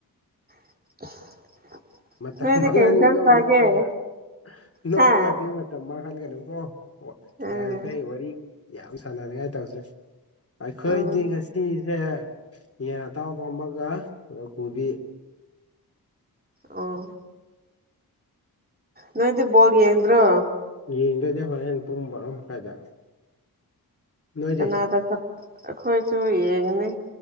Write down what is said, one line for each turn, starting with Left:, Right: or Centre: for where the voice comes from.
Right: <inaudible>
Left: ꯃꯇꯝ
Right: ꯅꯣꯏꯗꯤ
Left: ꯃꯥꯡꯍꯟꯒꯅꯣ
Right: ꯀꯩ ꯏꯟꯁꯥꯡ ꯆꯥꯒꯦ
Left: ꯅꯣꯛꯑꯒ ꯅꯣꯛꯑꯒ
Right: ꯍꯥ
Left: ꯗꯤ ꯃꯠ ꯇꯝ ꯃꯥꯡꯍꯟꯒꯅꯨꯀꯣ ꯋꯥ
Right: ꯎꯝ
Left: ꯌꯥꯔꯤꯈꯩ ꯋꯥꯔꯤ ꯌꯥꯝ ꯁꯅꯅꯤꯡꯉꯥꯏ ꯇꯧꯁꯦ ꯑꯩꯈꯣꯏꯗꯤ
Right: ꯎꯝ
Left: ꯉꯥꯁ ꯇꯤꯖ‌ꯦ ꯌꯦꯟ ꯑꯇꯥꯎꯕ ꯑꯃꯥꯒ ꯀꯨꯕꯤ
Right: ꯑꯣ ꯅꯣꯏꯗꯤ ꯕꯣꯜ ꯌꯦꯡꯗ꯭ꯔꯣ
Left: ꯌꯦꯡꯗꯣꯏꯅꯦ ꯍꯣꯔꯦꯟ ꯄꯨꯡ ꯕꯥꯔꯣ ꯃꯈꯥꯏꯗ ꯅꯣꯏꯗꯤ
Right: ꯀꯅꯥꯗ ꯈꯞ ꯑꯈꯣꯏꯁꯨ ꯌꯦꯡꯅꯤ